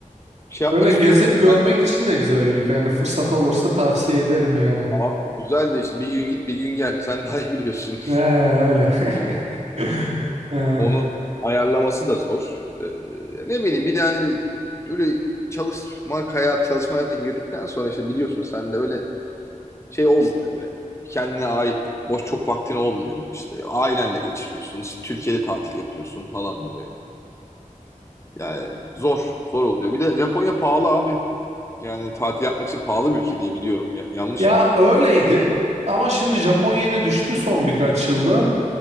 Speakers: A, on the left; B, on the right.
A: şey yapmak
B: Böyle gezip
A: istiyorum.
B: görmek
A: yani.
B: için de güzel ülke yani fırsat olursa tavsiye ederim yani.
A: Abi güzel de işte bir gün git bir gün gel. Sen daha iyi biliyorsun.
B: He, öyle.
A: Yani
B: <laughs> Ee,
A: onu ayarlaması da zor. Ee, ne bileyim bir de hani böyle çalışma hayat, çalışma hayatına girdikten sonra işte biliyorsun sen de öyle şey olmuyor öyle. Kendine ait boş çok vaktin olmuyor. İşte ailenle geçiriyorsun. İşte Türkiye'de tatil yapıyorsun falan böyle. Yani zor, zor oluyor. Bir de Japonya pahalı abi. Yani tatil yapmak için pahalı bir ülke diye biliyorum. Ya, yanlış
B: Ya
A: mıyım?
B: öyleydi ama şimdi Japonya'ya düştü son birkaç yılda.